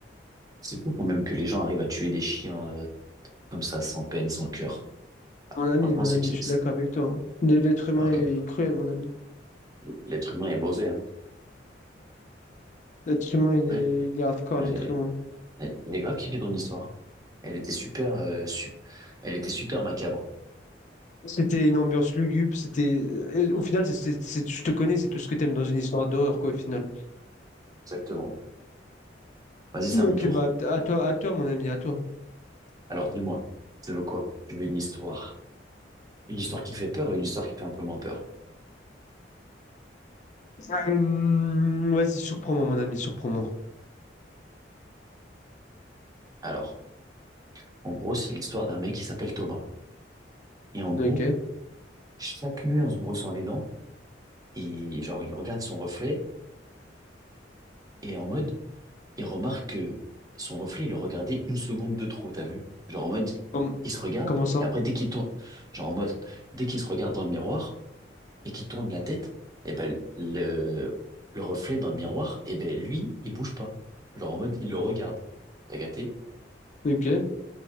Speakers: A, on the right; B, on the left.
A: C'est fou quand même que les gens arrivent à tuer des chiens. euh, comme ça, sans peine, sans cœur.
B: Mon ami,
A: Franchement,
B: mon
A: c'est
B: ami,
A: petit.
B: je suis
A: c'est-
B: d'accord avec toi. hein. Le- L'être humain
A: Alors
B: est
A: que
B: cruel, mon ami.
A: l'être humain est mauvais. hein.
B: L'être humain, il
A: Ouais.
B: est, il est hardcore,
A: Elle
B: l'être
A: est,
B: humain.
A: elle elle est grave kiffée ton histoire. Elle était super, euh, su- elle était super macabre.
B: C'était une ambiance lugubre, c'était... euh, Au final, c'est, c'est- c'est- je te connais, c'est tout ce que t'aimes dans une histoire d'horreur, quoi, au final.
A: Exactement. Vas-y, c'est
B: Ok,
A: à mon tour.
B: bah, à toi, à toi, mon ami, à toi.
A: Alors dis-moi, tu veux quoi? Tu veux une histoire, une histoire qui fait peur ou une histoire qui fait un peu moins peur?
B: Euh, vas-y, surprends-moi, mon ami, surprends-moi.
A: Alors, en gros, c'est l'histoire d'un mec qui s'appelle Thomas. Et en gros,
B: Ok.
A: chaque nuit, en se brossant les dents, il, genre, il regarde son reflet et en mode, il remarque que son reflet, il le regardait une seconde de trop, t'as vu? Genre en mode,
B: Com-
A: il se regarde,
B: comment ça?
A: et après, dès qu'il tourne, genre en mode, dès qu'il se regarde dans le miroir et qu'il tourne la tête, et ben, le, le reflet dans le miroir, et ben, lui, il bouge pas. Genre en mode, il le regarde. T'as capté?
B: Ok.